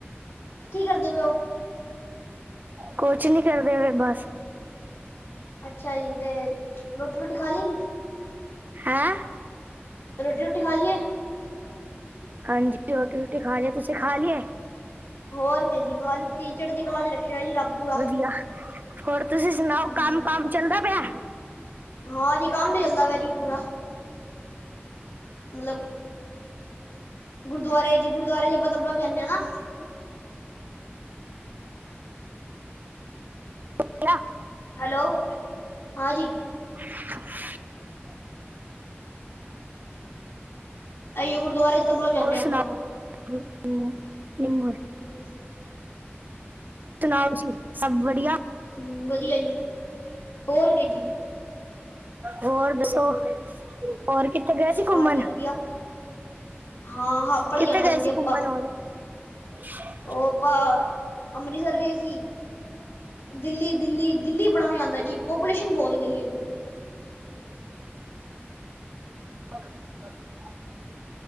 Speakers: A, on the left; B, on the right.
A: ਕੀ ਕਰਦੇ ਪਏ ਹੋ।
B: ਕੁਝ ਨੀ ਕਰਦੇ ਪਏ ਬਸ।
A: ਅੱਛਾ ਜੀ ਤੇ ਰੋਟੀ ਰੁਟੀ ਖਾ ਲਈਏ
B: ਹੈ।
A: ਰੋਟੀ ਰੁਟੀ ਖਾ ਲਈ ਹੈ।
B: ਹਾਂਜੀ ਰੋਟੀ ਰੁਟੀ ਖਾ ਲੀ ਤੁਸੀਂ ਖਾ ਲਈ ਹੈ।
A: ਹੋਰ ਕਿ ਜੀ ਖਾ ਲਿਤੀ ਚੜ੍ਹਦੀ ਕਲਾ ਚ ਰੱਖਿਆ ਜੀ ਰੱਬ ਪੂਰਾ।
B: ਵਧੀਆ ਹੋਰ ਤੁਸੀਂ ਸੁਣਾਓ
A: ਹਮ
B: ਕੰਮ ਕੰਮ ਚੱਲਦਾ ਪਿਆ।
A: ਹਾਂ ਜੀ ਕੰਮ ਅੱਲਾ ਵੈਰੀ ਪੂਰਾ। ਮਤਲਬ ਗੁਰਦੁਆਰੇ ਜ ਗੁਰਦੁਆਰੇ ਚ ਆਪਾਂ ਤਬਲਾ ਵਜਾਂਦੇ ਹਾਂ ਨਾ।
B: <unintelligible>
A: ਹੈਲੋ ਹਾਂਜੀ।
B: <unintelligible>
A: ਅਈਏ ਗੁਰਦੁਆਰੇ ਚ ਤਬਲਾ ਵਜਾਂਦੇ
B: ਹੋਰ
A: ਆਪਾਂ।
B: ਸੁਣਾਓ <unintelligible>
A: ਹੂ,,,
B: ਤਨਾਵ ਸੀ ਸਭ ਵਧੀਆਂ।
A: ਹੂ ਵਧੀਆਂ ਜੀ ਹੋਰ ਕਿ ਜੀ।
B: ਹੋਰ ਦੱਸੋਂ ਹੋਰ ਕਿਥੇ ਕਿਤੇ ਗਏ ਸੀ ਘੁੰਮਣ
A: ਹਾਂ ਜੀ ਵਧੀਆ ਹਾਂ ਹਾਪੜ
B: ਕਿੱਥੇ
A: ਜਾਣਾ
B: ਗਏ
A: ਹੁੰਦੀ
B: ਸੀ
A: ਆਪਾਂ
B: ਘੁੰਮਣ ਹੁਣ। <inaudible>
A: ਉਹ ਆਪਾਂ ਅੰਮ੍ਰਿਤਸਰ ਗਏ ਸੀ। ਦਿੱਲੀ ਦਿੱਲੀ ਦਿੱਲੀ ਬੜਾ ਮਜ਼ਾ ਆਉਂਦਾ ਜੀ ਪੋਪੂਲੇਸ਼ਨ ਬਹੁਤ ਹੈ ਦਿੱਲੀ।
B: <unintelligible>